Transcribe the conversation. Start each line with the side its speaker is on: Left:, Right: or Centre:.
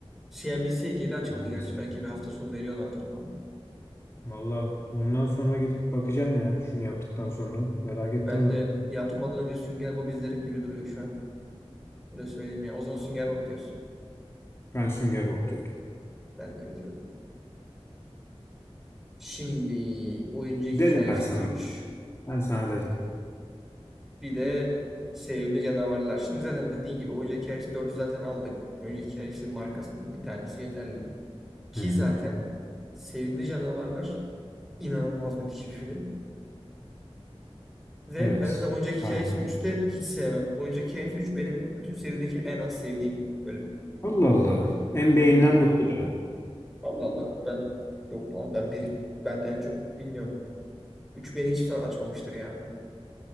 Centre: CNBC'ye geri açıldı
Left: Ben
Centre: gerçi.
Left: de izlerim
Centre: Belki
Left: yani.
Centre: bir hafta sonu veriyorlardır falan.
Left: Valla bundan sonra gidip bakacağım ya şunu yaptıktan sonra. Merak ettim
Centre: Ben de
Left: ben.
Centre: yatmadan önce Sünger Bob izlerim gibi duruyor şu an. Öyle söyleyeyim ya. O zaman Sünger Bob diyorsun.
Left: Ben Sünger Bob diyorum.
Centre: Ben de öyle diyorum. Şimdi oyuncu hikayesi
Left: Dedim ben sana.
Centre: 3.
Left: Ben sana dedim.
Centre: Bir de sevimli canavarlar. Şimdi zaten dediğin gibi oyuncak hikayesi dördü zaten aldık. Oyuncak hikayesi markasından bir tanesi yeterli. Ki
Left: Hı hı.
Centre: zaten sevimli canavarlar inanılmaz müthiş bir film. Ve
Left: Evet.
Centre: ben zaten oyuncak hikayesi
Left: Harbi. ha.
Centre: üçü de hiç sevmem. Oyuncak hikayesi üç benim bütün serideki en az sevdiğim bölüm.
Left: Allah Allah. En
Centre: Hmm,
Left: beyinden de odur ha.
Centre: Allah Allah. Ben yok lan ben biri ben en çok bilmiyorum. 3 beni hiçbir zaman açmamıştır ya.